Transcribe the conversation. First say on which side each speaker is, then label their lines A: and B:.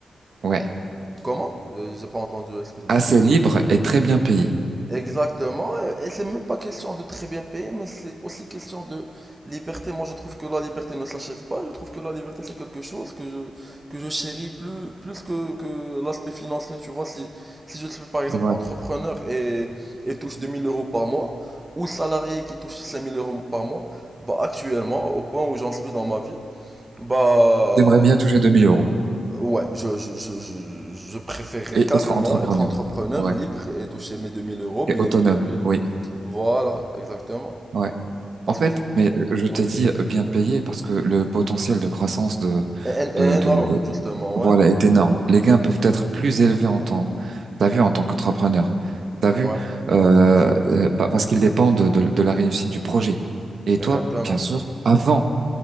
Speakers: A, on the right (about 60°); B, on the right (about 15°).
A: Ouais.
B: Comment? Euh, J'ai pas entendu, excuse-moi.
A: Assez libre et très bien payé.
B: Exactement, et c'est même pas question de très bien payer, mais c'est aussi question de liberté. Moi, je trouve que la liberté ne s'achète pas. Je trouve que la liberté, c'est quelque chose que je, que je chéris plus, plus que, que l'aspect financier. Tu vois, si, si je suis par exemple
A: C'est vrai.
B: entrepreneur et, et touche 2000 euros par mois, ou salarié qui touche 5000 euros par mois, bah, actuellement, au point où j'en suis dans ma vie, bah,
A: J'aimerais bien toucher 2000 euros
B: Ouais, je, je, je, je, je préférerais
A: et
B: carrément
A: être entrepreneur.
B: être entrepreneur
A: Ouais.
B: libre et toucher mes 2000 euros, bien
A: Et autonome.
B: vivre. et-
A: Oui.
B: Voilà, exactement.
A: Ouais.
B: Parce
A: En fait,
B: que je...
A: mais je
B: Ouais.
A: t'ai dit euh, bien payé parce que le potentiel de croissance de,
B: Et- et-
A: de,
B: et
A: de,
B: énorme,
A: de-
B: justement,
A: voilà,
B: ouais.
A: est énorme. Les gains peuvent être plus élevés en temps. T'as vu, en tant qu'entrepreneur. T'as
B: Ouais,
A: vu, euh,
B: ouais, tout à fait.
A: euh, pa- parce qu'ils dépendent de, de la réussite du projet. Et toi,
B: Exactement.
A: bien sûr, avant